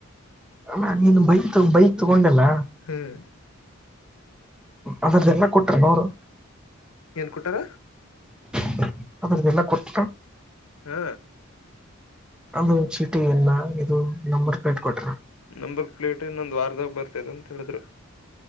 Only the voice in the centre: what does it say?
ಅಲ್ಲ ನೀನು ಬೈಕ್ ಬೈಕ್ ತಗೊಂಡಲ್ಲ
ಅದ್ರಲ್ಲ ಎಲ್ಲ ಕೊಟರು ಅವೋರು
<inaudible> ಅದ್ರದ್ದ ಎಲ್ಲ ಕೊಡ್ತಿಕ
ಅದು ಚೀಟಿ ನ್ನ ಇದು ನಂಬರ್ ಪ್ಲೇಟ್ ಕೊಟ್ರ